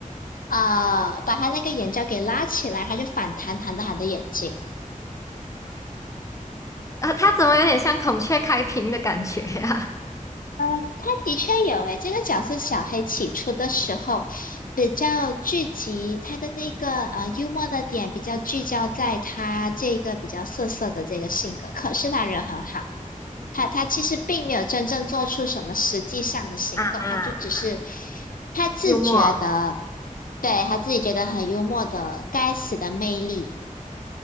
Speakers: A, on the left; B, on the left.
A: 呃把他那个眼罩给拉起来，他就反弹弹到他的眼睛。
B: 啊，他怎么有点像孔雀开屏的感觉呀、
A: 呃，他的确有诶，这个角色小黑起初的时候比较聚集他的那个呃幽默的点，比较聚焦在他这个比较涩涩的这个性格。可是他人很好，他他其实并没有真正做出什么实际上的行动，
B: <laughs> 啊？啊
A: 他就只是他自觉的，
B: 幽默。
A: 对，他自己觉得很幽默的该死的魅力。